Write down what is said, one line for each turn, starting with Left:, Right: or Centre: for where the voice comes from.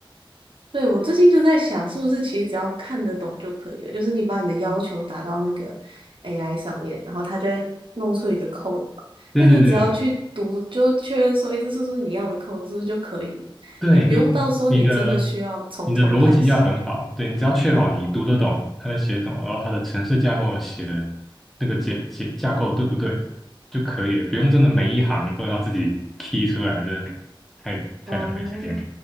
Right: 对，我最近就在想，是不是其实只要看得懂就可以了？就是你把你的要求打到那个 AI 上面，然后它就会弄出一个 code 嘛那你只要去读，
Centre: 对对对
Right: 就确认说，哎，这是不是你要的 code，是不是就可以了？
Centre: 对，
Right: 也不用到时候你真的需要从头开始。
Centre: 就你的你的逻辑要很好，对你只要确保你读得懂他在写什么，然后他的程式架构写的那个结结架构对不对就可以了，不用真的每一行都要自己 key 出来，的，太太浪费时间。
Right: 哦，